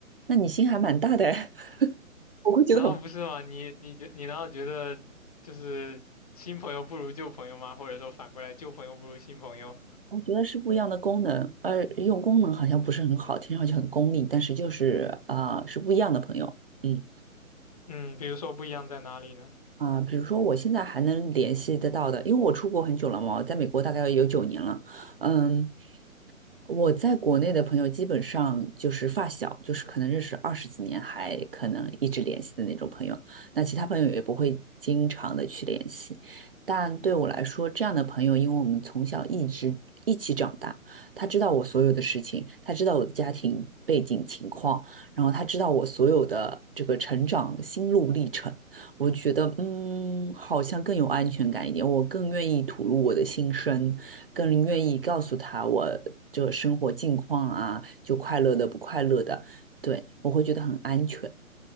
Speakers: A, on the right; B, on the left.
A: 那你心还蛮大的哎，<laughs> 我会觉得很，
B: 难道不是吗？你你觉你难道觉得就是新朋友不如旧朋友吗？或者说反过来，旧朋友不如新朋友？
A: 我觉得是不一样的功能，呃，用功能好像不是很好，听上去很功利，但是就是啊、是不一样的朋友。嗯。
B: 嗯，比如说不一样在哪里呢？
A: 啊、比如说我现在还能联系得到的，因为我出国很久了嘛，我在美国大概有九年了，嗯，我在国内的朋友基本上就是发小，就是可能认识二十几年，还可能一直联系的那种朋友。那其他朋友也不会经常的去联系。但对我来说，这样的朋友，因为我们从小一直一起长大，他知道我所有的事情，他知道我的家庭背景情况，然后他知道我所有的这个成长心路历程。我觉得，嗯，好像更有安全感一点，我更愿意吐露我的心声。更愿意告诉他我这生活近况啊，就快乐的不快乐的，对，我会觉得很安全，